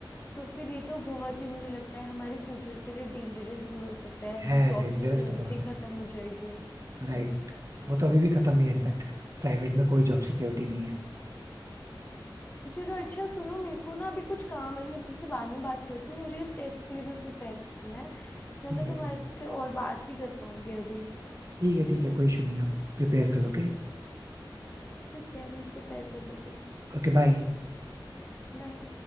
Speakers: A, on the left; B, on the right.
A: तो फिर ये तो बहुत ही मुझे लगता है हमारे फ्यूचर के लिए डेंजरस भी हो सकता है
B: है
A: जॉब
B: डेंजरस
A: सिक्योरिटी
B: तो बहुत है
A: खत्म हो जाएगी
B: राइट वो तो अभी भी खत्म ही है इनफैक्ट प्राइवेट में कोई जॉब सिक्योरिटी नहीं है
A: चलो अच्छा सुनो मेरे को ना अभी कुछ काम है मैं तुमसे बाद में बात करती हूँ मुझे इस टेस्ट के लिए भी प्रिपेयर करना है मैं
B: ठीक
A: ना तुम्हारे
B: है
A: से और बात नहीं कर पाऊंगी अभी
B: ठीक है ठीक है कोई इशू नहीं आप प्रिपेयर कर लोगे ओके
A: ठीक है मैं प्रिपेयर कर लेती हूँ
B: Okay, bye
A: बाय